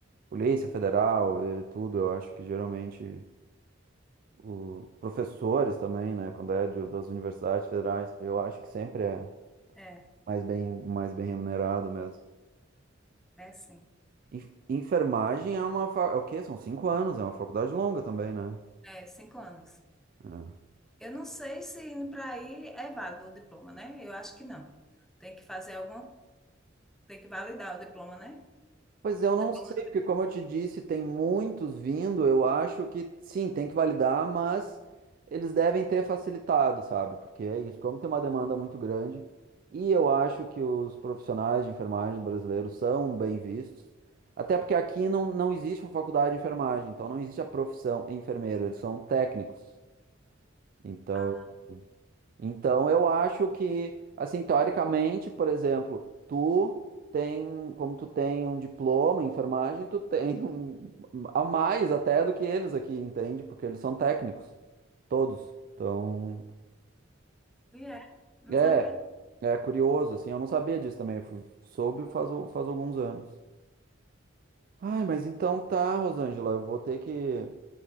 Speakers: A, on the right; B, in the centre.
A: Polícia Federal, eh, tudo, eu acho que geralmente o- professores também, né? Quando é de- das universidades federais, eu acho que sempre é
B: É,
A: mais bem, mais bem remunerado mesmo.
B: é sim.
A: Enf- Enfermagem é uma. fa- É o quê? São cinco anos, é uma faculdade longa também, né?
B: É, cinco anos.
A: É.
B: Eu não sei se indo para aí é válido o diploma, né? Eu acho que não. Tem que fazer alguma, tem que validar o diploma, né?
A: Pois eu
B: O
A: não
B: diploma.
A: sei, porque como eu te disse, tem muitos vindo, eu acho que sim, tem que validar, mas eles devem ter facilitado, sabe? Porque é isso, como tem uma demanda muito grande, e eu acho que os profissionais de enfermagem brasileiros são bem vistos, até porque aqui não, não existe uma faculdade de enfermagem, então não existe a profissão enfermeiro, eles são técnicos. Então,
B: Ah,
A: então, eu acho que, assim, teoricamente, por exemplo, tu tem, como tu tem um diploma em enfermagem, tu tem <laughs> um, a mais até do que eles aqui, entende? Porque eles são técnicos, todos. Então,
B: e é, não
A: é,
B: sabia.
A: é curioso, assim, eu não sabia disso também, eu fui- soube faz, al- faz alguns anos. Ai, mas então tá, Rosângela, eu vou ter que